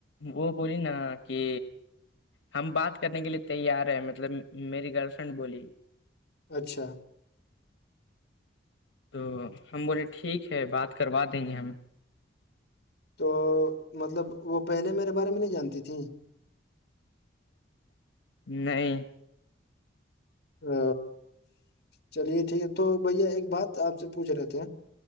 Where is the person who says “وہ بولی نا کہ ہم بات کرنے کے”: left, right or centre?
Left